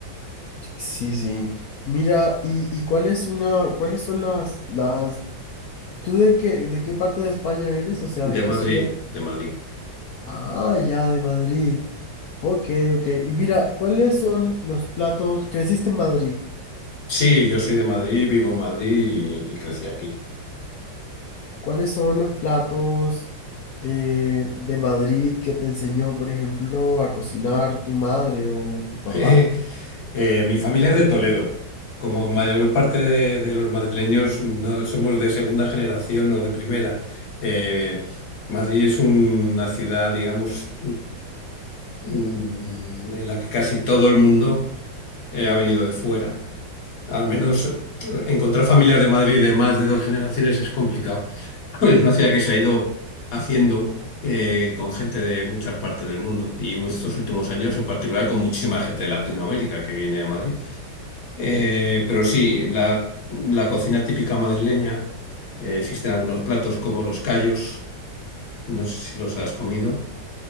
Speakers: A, on the left (about 80°); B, on the left (about 50°).
A: Sí, sí. Mira, ¿y, y cuál es una, cuáles son las, las, tú de qué, de qué parte de España eres? O sea, ¿de
B: De
A: qué
B: Madrid,
A: ciudad?
B: de Madrid.
A: Ah, ya, de Madrid. Ok, ok. Y mira, ¿cuáles son los platos? Creciste en Madrid.
B: Sí, yo soy de Madrid, vivo en Madrid y, y crecí aquí.
A: ¿Cuáles son los platos eh, de Madrid que te enseñó, por ejemplo, a cocinar tu madre o tu papá?
B: <laughs> Eh, mi familia es de Toledo. Como mayor parte de, de los madrileños no somos de segunda generación o de primera. Eh, Madrid es una ciudad, digamos, mm, en la que casi todo el mundo eh, ha venido de fuera. Al menos eh, encontrar familias de Madrid de más de dos generaciones es complicado. <laughs> Es una ciudad que se ha ido haciendo eh, con gente de muchas partes del mundo y estos últimos años en particular con muchísima gente de Latinoamérica que viene a Madrid. Eh, pero sí, la, la cocina típica madrileña, eh, existen algunos platos como los callos, no sé si los has comido.